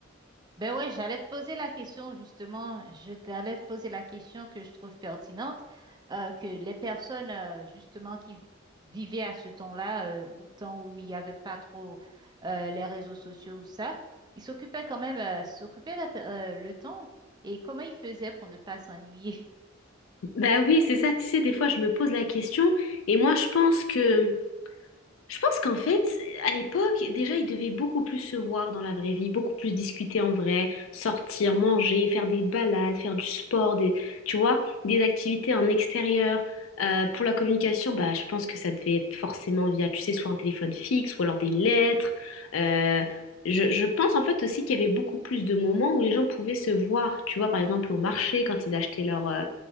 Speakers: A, on the right; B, on the left.
A: Ben ouais, j'allais te poser la question justement, je t'allais te poser la question que je trouve pertinente, euh, que les personnes euh, justement qui vi- vivaient à ce temps-là, euh, au temps où il n'y avait pas trop euh, les réseaux sociaux ou ça, ils s'occupaient quand même, euh, s'occupaient la pe- euh, le temps et comment ils faisaient pour ne pas s'ennuyer?
B: Bah oui, c'est ça, tu sais, des fois, je me pose la question, et moi, je pense que Je pense qu'en fait, à l'époque, déjà, ils devaient beaucoup plus se voir dans la vraie vie, beaucoup plus discuter en vrai, sortir, manger, faire des balades, faire du sport, des, tu vois, des activités en extérieur. Euh, pour la communication, bah, je pense que ça devait être forcément via, tu sais, soit un téléphone fixe ou alors des lettres. Euh, je, je pense en fait aussi qu'il y avait beaucoup plus de moments où les gens pouvaient se voir, tu vois, par exemple au marché, quand ils achetaient leurs